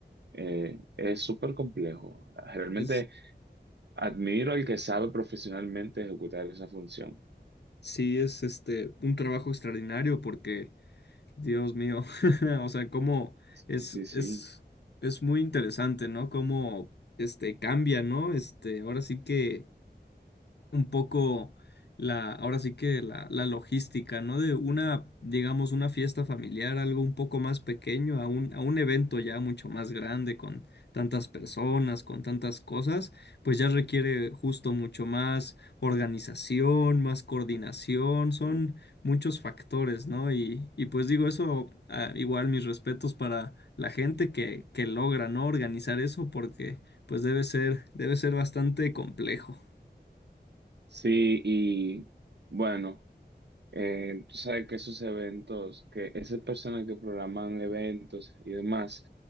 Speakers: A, on the right; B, on the left.
A: eh, es súper complejo. Realmente
B: es,
A: admiro al que sabe profesionalmente ejecutar esa función.
B: sí, es este, un trabajo extraordinario porque, Dios mío, <laughs> o sea, cómo
A: Sí,
B: es,
A: sí, sí.
B: es, es muy interesante, ¿no? Cómo, este, cambia, ¿no? Este, ahora sí que un poco la, ahora sí que la, la logística, ¿no? De una, digamos, una fiesta familiar, algo un poco más pequeño, a un, a un evento ya mucho más grande, con tantas personas, con tantas cosas, pues ya requiere justo mucho más organización, más coordinación, son muchos factores, ¿no? Y, y pues digo eso, ah, igual mis respetos para la gente que, que logra, ¿no? Organizar eso porque pues debe ser, debe ser bastante complejo.
A: Sí, y bueno. Eh, tú sabes que esos eventos, que esas personas que programan eventos y demás,